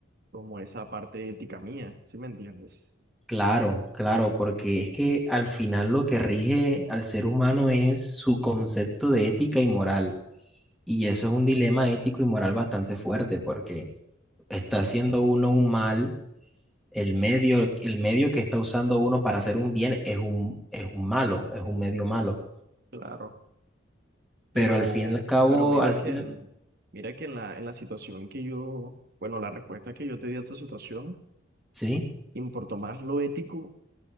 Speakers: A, on the right (about 55°); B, in the centre.
A: como esa parte ética mía, ¿sí me entiendes?
B: Claro, claro, porque es que al final lo que rige al ser humano es su concepto de ética y moral. Y eso es un dilema ético y moral bastante fuerte, porque está haciendo uno un mal, el medio, el medio que está usando uno para hacer un bien es un, es un malo, es un medio malo.
A: Claro. Pero,
B: Pero al fin y al cabo,
A: pero mira
B: al
A: que
B: final,
A: en, mira que en la, en la situación que yo, bueno, la respuesta que yo te di a tu situación,
B: sí,
A: importó más lo ético